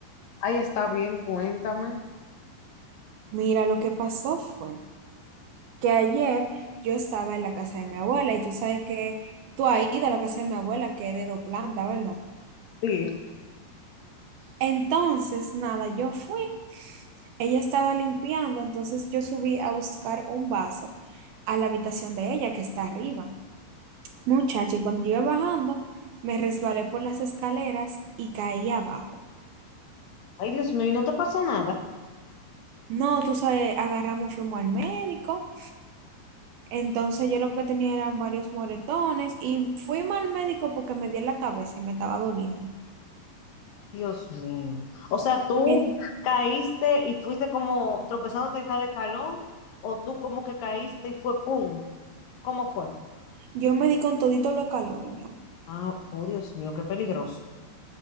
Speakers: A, on the left; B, on the right.
A: Ahí está bien, cuéntame.
B: Mira, lo que pasó fue que ayer yo estaba en la casa de mi abuela y tú sabes que tú ahí de la casa de mi abuela, que es de dos plantas, ¿verdad?
A: Sí.
B: Entonces, nada, yo fui, ella estaba limpiando, entonces yo subí a buscar un vaso a la habitación de ella que está arriba. Muchacho, y cuando yo iba bajando, me resbalé por las escaleras y caí abajo.
A: Ay, Dios mío, ¿y no te pasó nada?
B: No, tú sabes, agarramos, fuimos al médico. Entonces yo lo que tenía eran varios moretones y fuimos al médico porque me di en la cabeza y me estaba doliendo.
A: Dios mío. O sea, ¿tú
B: En-
A: caíste y fuiste como tropezándote en cada escalón? ¿O tú como que caíste y fue pum? ¿Cómo fue?
B: yo me di con todito los calores, mi amor.
A: Ah, oh, Dios mío, qué peligroso.